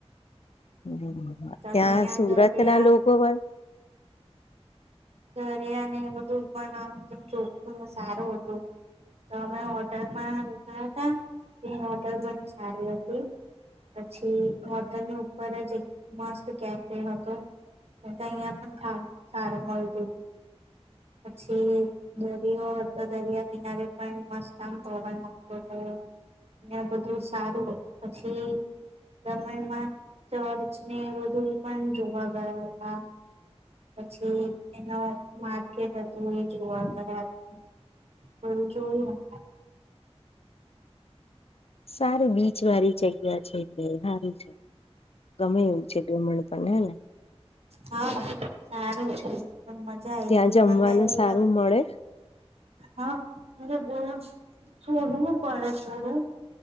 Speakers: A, on the left; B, on the right.
A: હમ
B: હતા
A: ત્યાં
B: તો
A: સુરત
B: દરિયા
A: ના લોકો હોય
B: દરિયા ને બધું આમ એકદમ ચોખું ને સારું હતું તો અમે હોટલ ત્યાં રોકાયા હતા તે હોટલ પણ સારી હતી. પછી હોટેલ ઉપર જ એક મસ્ત કેફે હતો. તો અહિયાં પણ ખાવ સાર મળતું હતું પછી દરિયો હતો દરિયા કિનારે પણ મસ્ત આમ પવન આપતો હતો. ને બધું સારું હતું પછી દમણમાં ચર્ચ ને બધું પણ જોવા ગયા હતા. પછી એનો માર્કેટ હતું એ જોવા ગયા હતા. ભરૂચ જોયું અમે.
A: સારું બીચ વાળી જગ્યા છે કે સારું છે. ગમે એવું છે ડુમણ પણ હે ને.
B: હાસારું છે એક દમ મજા આ
A: ત્યાં
B: ગઈ
A: જમવાનું
B: અમાં બે દિવસ
A: સારું મળે.
B: હા બહુત છોડવું પડે છોડવુ.